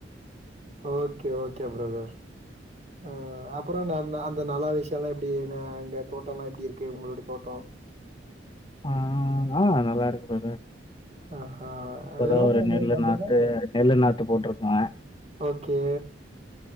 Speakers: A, on the right; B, on the left.
A: ஓகே ஓகே ப்ரதர் அ அப்றோ ந அந்த நல்ல விஷயோல்லா எப்டி அங்க தோட்டோல்லா எப்டி இருக்கு உங்களுடைய தோட்டோ
B: ஆ ஆ நல்லா இருக்குதுங்க
A: ஆஹா
B: இப்ப
A: விவசாயம்
B: தா ஒரு நெல்லு
A: எது பண்றீங்க
B: நாத்து நெல்லு நாத்து போட்ருக்கே
A: ஓகே